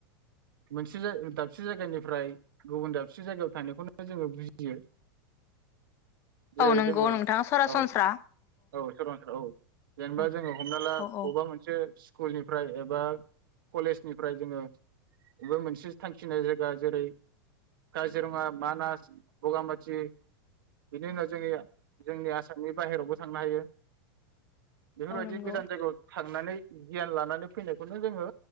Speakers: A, on the right; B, on the left.
A: मोनसे जाय दाबसे जायगानिफ्राय गुबुन दाबसे जायगायाव थानायखौनो जोङो बुजियो। जेरै
B: औ नंगौ
A: जोङो
B: नोंथां सरासनस्रा
A: औ औ सरानस्रा औ जेनेबा
B: औ
A: जोङो हमना ला
B: औ
A: अबेबा
B: औ
A: मोनसे स्कुलनिफ्राय एबा कलेजनिफ्राय जोङो बे मोनसे थांखिनाय जायगा जेरै काजिरङा, मानास, बगामाथि बिनि उनाव जोंनि जोंनि आसामनि बाहेरायावबो थांनो हायो। बेफोरबायदि
B: औ नंगौ
A: गोजान जायगायाव था थांनानै गियान लानानै फैनायखौनो जोङो